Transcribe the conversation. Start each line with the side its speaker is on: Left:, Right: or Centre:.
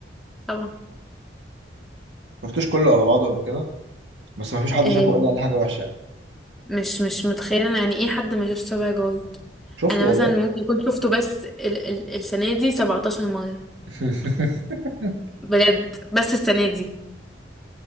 Centre: طبعا
Right: ما شفتوش كله على بعضه قبل كده بس ما فيش حد
Centre: آه،
Right: شافه وقال لي عليه حاجه وحشه يعني
Centre: مش مش متخيلة أنا يعني ايه حد ما شافش سبع جار
Right: شفته
Centre: أنا
Right: والله
Centre: مثلا ممكن أكون شفته بس ال ال السنة دي 17 مرة
Right: <laughs>
Centre: بجد بس السنة دي